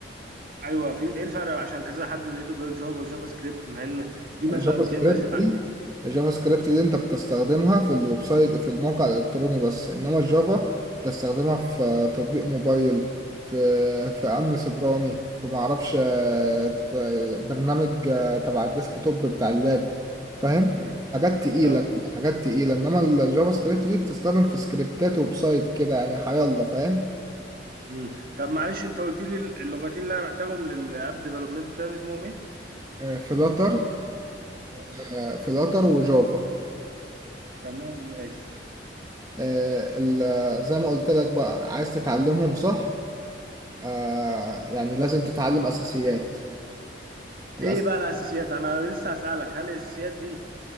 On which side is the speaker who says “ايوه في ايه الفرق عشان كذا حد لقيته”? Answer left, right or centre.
Right